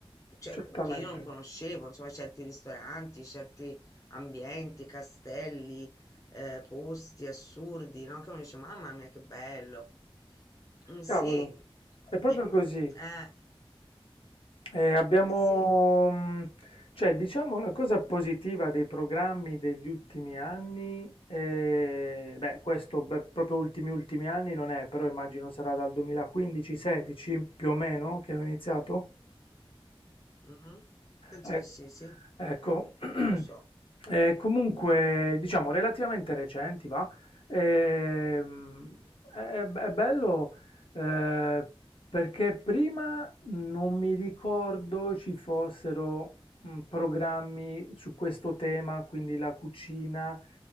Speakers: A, on the left (about 35°); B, on the left (about 65°).
A: cioè,
B: certamente.
A: che io non conoscevo, insomma, certi ristoranti, certi ambienti, castelli, eh, posti assurdi, no? Che uno dice, mamma mia, che bello. Mm, sì,
B: Cavolo, è proprio
A: eh,
B: così.
A: eh,
B: Eh, abbiamo,
A: sì,
B: mh, cioè, diciamo la cosa positiva dei programmi degli ultimi anni, eh, beh, questo beh, proprio ultimi ultimi anni non è, però immagino sarà dal 2015-16 più o meno che hanno iniziato.
A: mhm. Penso
B: Eh,
A: di sì, sì,
B: ecco, <clears throat>
A: non lo so.
B: Eh, comunque, diciamo, relativamente recenti, va. Ehm, è, è bello eh, perché prima non mi ricordo ci fossero mm, programmi su questo tema, quindi la cucina,